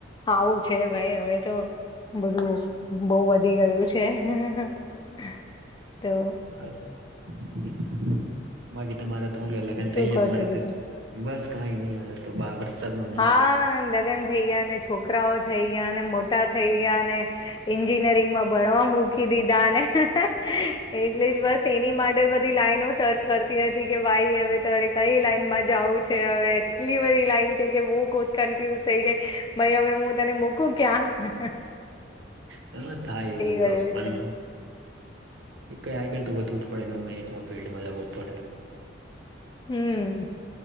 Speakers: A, on the left (about 25°); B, on the right (about 75°).
A: આવું છે ભાઈ હવે તો બધું બો વધી ગયું છે.. હ અ હ તો
B: હ <unintelligible> બાકી તમારા તો હુ કેય <inaudible> લગ્ન
A: શું
B: થઈ ગયા
A: કહો
B: અમારે
A: છો બીજું?
B: તો બસ કઈ નહી હવે તો બહાર વરસાદ ન <inaudible>
A: હા લગન થઈ ગયા ને છોકરાઓ થઈ ગયા ને મોટા થઈ ગયા ને એન્જિનિયરિંગ માં ભણવા મૂકી દીધાને હે હે હે હે એટલે જ બસ એની માટે બધી લાઈનો સર્ચ કરતી હતી કે ભાઈ હવે તરે કઈ લાઈન માં જ જવું છે હવે એટલી બધી લાઈન હુ ખુદ કન્ફ્યુઝ થઈ ગઈ ભઇ હવે હું તને મૂકું ક્યાં હે હે હે
B: હા થાય એવું
A: ગયું
B: તો પણ
A: છે
B: ક <inaudible> આગળ તો વધવું જ પડે ગમે એક ફિલ્ડમાં જવું જ પડે
A: હમ